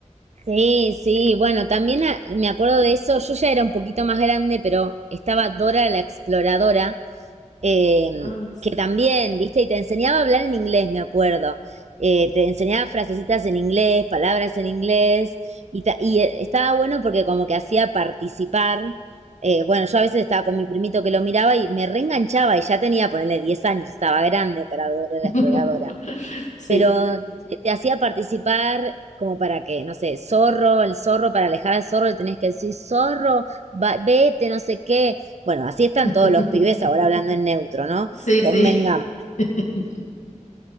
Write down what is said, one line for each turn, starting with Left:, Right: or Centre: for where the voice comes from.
Right: Sí, sí, bueno, también ah, me acuerdo de eso, yo ya era un poquito más grande, pero estaba Dora la Exploradora, eh,
Left: Ah, Sí.
Right: que también, viste, y te enseñaba a hablar en inglés, me acuerdo. Eh, te enseñaba frasecitas en inglés, palabras en inglés, y, ta- y eh, estaba bueno porque como que hacía participar. Eh, bueno, yo a veces estaba con mi primito que lo miraba y me reenganchaba y ya tenía, ponerle 10 años, estaba grande para Dora
Left: <laughs>
Right: la Exploradora
Left: Sí.
Right: pero te, te hacía participar como para que, no sé, zorro, el zorro, para alejar al zorro le tenías que decir, zorro, va- vete, no sé qué. Bueno, así están
Left: <laughs>
Right: todos los pibes ahora hablando en neutro, ¿no?
Left: Sí,
Right: Convengamos.
Left: sí. <laughs>